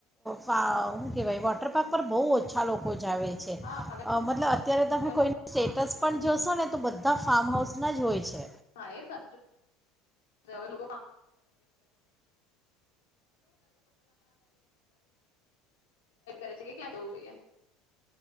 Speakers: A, in the centre; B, on the left.
A: શું કહેવાય, વોટર પાર્ક પર બહુ ઓછા લોકો છે. જ છે,
B: હા હવે
A: મતલબ અત્યારે તમે
B: લોકો
A: કોઈ સ્ટેટસ પણ.
B: હમ
A: ને તો બધા ફાર્મ હાઉસ ના જ હોય, છે.
B: હા, એ ફમ હેે કે્યાં જવું જોઈએ.